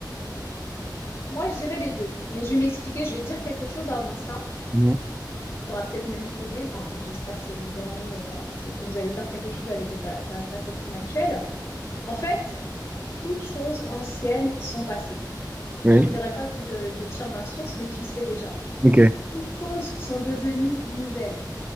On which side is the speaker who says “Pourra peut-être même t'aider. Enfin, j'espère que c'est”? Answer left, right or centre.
Left